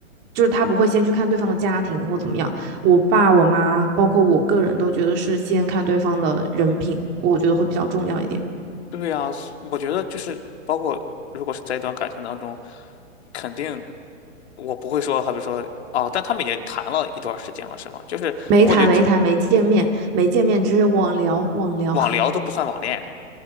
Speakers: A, on the right (about 25°); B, on the left (about 50°).
A: 就是他不会先去看对方的家庭或怎么样。我爸我妈包括我个人都觉得是先看对方的人品，我觉得会比较重要一点。
B: 对呀，我觉得就是包括如果是在一段感情当中，肯定我不会说，好比说啊，但他们已经谈了一段时间了，是吗？就是我感觉这
A: 没谈没谈没见面没见面，只是网聊网聊。
B: 网聊都不算网恋，